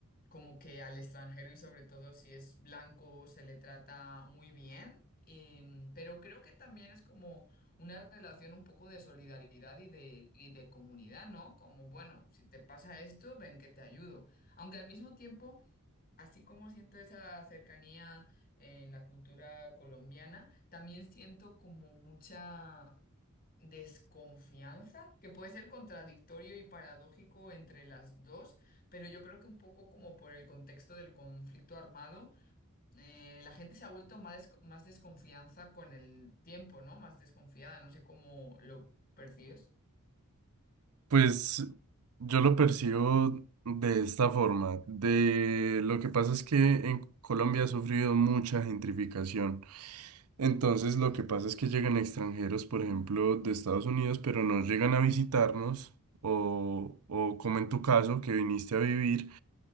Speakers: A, on the left; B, on the right.
A: como que al extranjero y sobre todo si es blanco se le trata muy bien, em, pero creo que también es como una relación un poco de solidaridad y de, y de comunidad, ¿no? Como, bueno, si te pasa esto, ven que te ayudo. Aunque al mismo tiempo, así como siento esa cercanía en la cultura colombiana, también siento como mucha desconfianza, que puede ser contradictorio y paradójico entre las dos, pero yo creo que un poco como por el contexto del conflicto armado eh, la gente se ha vuelto más, desco- más desconfianza con el tiempo, ¿no? Más desconfiada, no sé cómo lo percibes.
B: Pues yo lo percibo de esta forma. De lo que pasa es que en Colombia ha sufrido mucha gentrificación. Entonces lo que pasa es que llegan extranjeros, por ejemplo, de Estados Unidos, pero no llegan a visitarnos o, o como en tu caso, que viniste a vivir